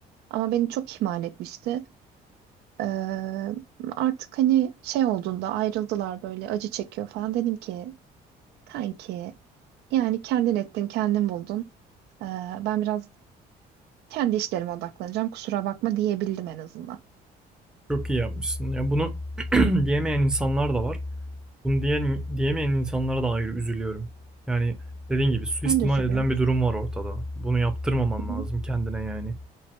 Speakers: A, on the right; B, in the centre.
A: Ama beni çok ihmal etmişti. Ee, artık hani şey olduğunda ayrıldılar böyle acı çekiyor falan dedim ki Kanki yani kendin ettin, kendin buldun. Ee, ben biraz kendi işlerime odaklanacağım. Kusura bakma diyebildim en azından.
B: Çok iyi yapmışsın. Ya bunu <clears throat> diyemeyen insanlar da var. Bunu diyen, diyemeyen insanlara da ayrı üzülüyorum. Yani dediğin gibi suistimal
A: Ben de üzülüyorum.
B: edilen bir durum var ortada. Bunu yaptırmaman
A: Hı hı.
B: lazım kendine yani.